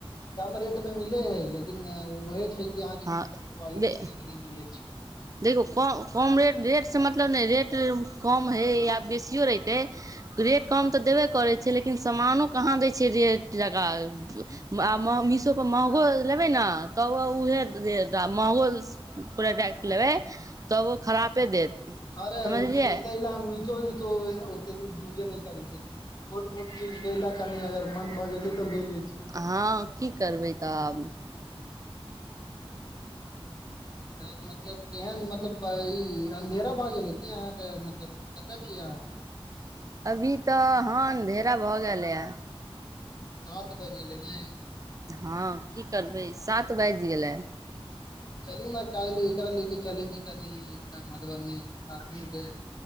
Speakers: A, on the left; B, on the right.
A: कम रेट मे मिले हय लेकिन लेकिन ओहे छैय कि अहाँकेँ क्वालिटी
B: हँ दे
A: नीक नहि मिलैत छैय।
B: देखियौ कम कम रेट रेटसँ मतलब नहि रेट कम हइ आ बेसियो रहितै रेट कम तऽ देबे करै छैय लेकिन सामानो कहा दै छैय रेट जका। आ मह मीशोपर महगो लेबै ने तब उएह दे महगो प्रोडक्ट लेबै तब ओ खरापपे देत।
A: अरे
B: समझलियै
A: छैतै ल हम मीसो उसो ओते युजे नहि करे छीये। छोट मोट चीज लेलऽ कनि अगर मन भऽ गेलै तऽ लै छी।
B: हा कि करबै तऽ आब।
A: तब मतलब केहन मतलब इ ढे भए गेले की अहाँकेँ मतलब कतय छियै अहाँ।
B: अभी तऽ हनधेरा भ गेल हे
A: सात बभेज लेने
B: ह कि करबै सात बाजि गेलै।
A: चलुन काल्ल एकरा लेके चल छी कनी मधुबनी अर्जुन के।